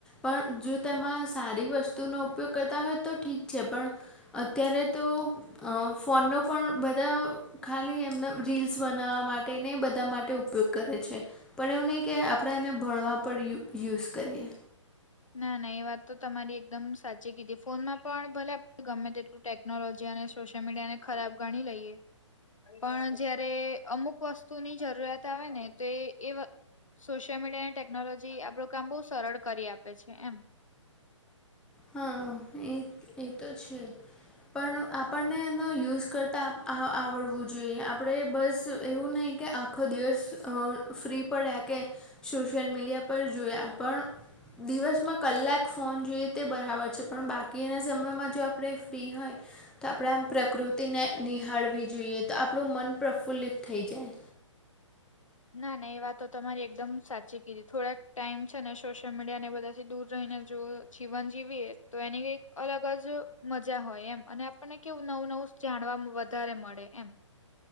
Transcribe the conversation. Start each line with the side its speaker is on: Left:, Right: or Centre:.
Centre: પણ જો તેમાં સારી વસ્તુનો ઉપયોગ કરતા હોય તો ઠીક છે પણ અત્યારે તો અ ફોનનો પણ બધા ખાલી એમના રીલ્સ બનાવવા માટે ને બધા માટે ઉપયોગ કરે છે. પણ એવું નહીં કે આપણે એને ભણવા પર યુઝ કરીએ.
Left: ના ના એ વાત તો તમારી એકદમ સાચી કીધી ફોનમાં પણ ભલે આપણે ગમે તેટલું ટેક્ નોલોજી અને સોશયલ મીડિયાને ખરાબ ગણી લઈએ પણ જયારે અમુક વસ્તુની જરૂરિયાત આવે ને તો એ સોશિયલ મીડિયા અને ટેકનોલોજી આપડું કામ બહુ સરળ કરી આપે છે એમ.
Centre: હા એ એ તો છે. પણ આપણને એનો યુઝ કરતા આ આવડવું જોઈએ આપણે બસ એવું નહી કે આખો દિવસ અ ફ્રી પડ્યા કે સોશિયલ મીડિયા પર જોયા પણ દિવસમાં કલાક ફોન જોઈએ તે બરાબર છે પણ બાકીના સમયમાં જો આપણે ફ્રી હોય તો આપણે આમ પ્રકૃતિને નિહાળવી જોઈએ તો આપણું મન પ્રફુલ્લિત થઈ જાય.
Left: ના ના એ વાત તો તમારી એકદમ સાચી કીધી થોડાક ટાઈમ છે ને સોશિયલ મીડિયા ને બધાથી દૂર રહીને જુઓ જીવન જીવીએ તો એની કઈ અલગ જ મજા હોય એમ અને આપણને કેવું નવું નવું જાણવા વધારે મળે એમ.